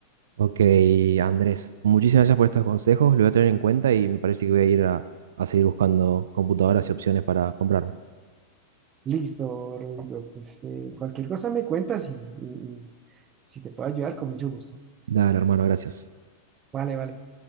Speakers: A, on the right; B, on the right.
A: Ok, Andrés, muchísimas gracias por estos consejos, lo voy a tener en cuenta y me parece que voy a ir a, a seguir buscando computadoras y opciones para comprarme.
B: Listo, Rodrigo, pues eh, cualquier cosa me cuentas y, y- y si te puedo ayudar, con mucho gusto.
A: Dale, hermano, gracias.
B: Vale, vale.